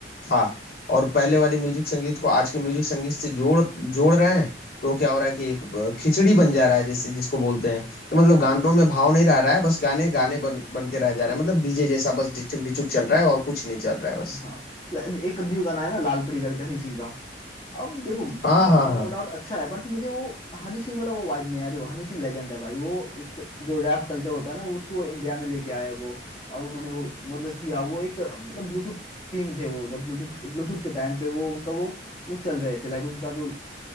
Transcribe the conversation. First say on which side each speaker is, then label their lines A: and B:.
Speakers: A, on the left (about 55°); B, on the left (about 30°).
A: था और पहले वाले म्यूजिक संगीत को आज के म्यूजिक संगीत से जोड़ जोड़ रहे हैं तो क्या हो रहा है कि एक अ, खिचड़ी बन जा रहा है जैसे जिसको बोलते हैं कि मतलब गानों में भाव नहीं रह रहा है बस गाने गाने बन बन के रह जा रहे हैं मतलब डीजे जैसा बस डिचुक डिचुक चल रहा है और कुछ नहीं चल रहा है बस
B: हाँ ल- एक न्यू गाना है ना लाल परी करके हनी सिंह का अब देखो
A: हाँ
B: गाना
A: हाँ हाँ
B: नो डाउट अच्छा है बट मुझे वो हनी सिंह वाला वो वाइब नहीं आया देखो हनी सिंह लेजेंड है भाई वो एक जो रैप कल्चर होता है ना उसको इंडिया में लेके आए हैं वो और उन्होंने वो मतलब किया वो एक मतलब ब्लूटूथ किंग थे वो जब ब्लूटूथ ब्लूटूथ के टाइम पे वो उनका वो वो चल रहे थे लाइक उनका जो